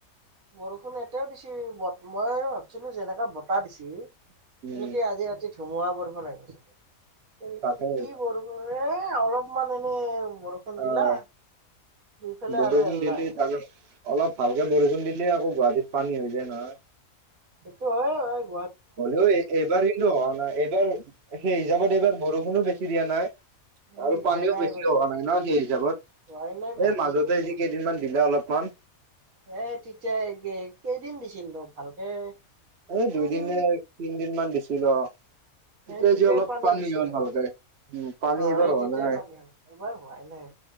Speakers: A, on the right (about 75°); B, on the right (about 50°).
A: বৰষুণ এতিয়াও দিছে বত মই আৰু ভাবছিলো যেনেকা বতাহ দিছে তেওঁলোকে
B: উম
A: আজি ৰাতি ধুমুহা বৰষুণ আহিব সচাকে তেওলোকে
B: তাকে
A: কি বৰষুণ এ অলপমান এনে বৰষুন
B: আহ
A: দিলা দুইফালে
B: বৰষুণ
A: আৰু এল্লাই
B: দিলি তাকে অলপ ভালকে বৰষুণ দিলে আকৌ গুৱাহাটীত পানী হৈ যায় নহয়
A: সেইটো হয় বাৰু
B: হলেও এইবাৰ কিন্তু অহা নাই এইবাৰ সেই হিচাপত এইবাৰ বৰষুণো বেছি দিয়া নাই
A: উম
B: আৰু
A: দিয়া
B: পানীও
A: নাই
B: বেছি
A: এইবাৰ
B: হোৱা
A: বৰষুণ
B: নাই ন সেই হিচাপত
A: হোৱাই নাই
B: এই
A: ভালকে
B: মাজতে
A: বৰষুণ
B: যি কেইদিনমান দিলে অলপমান
A: এ তেতিয়া এই কেইদিন দিছিলনো ভালকে
B: এই
A: তিনদিন
B: দুইদিন নে তিনদিনমান দিছিলে অ তেতিয়া
A: এই তেতিয়াই
B: যি অলপ
A: পানী হৈছিলে।
B: হ'ল
A: আৰু
B: ভালকে উম পানী
A: অ
B: এইবাৰ
A: এই
B: হোৱা
A: তেতিয়াই
B: নাই
A: পানী হয়। এইবাৰ হোৱা নাই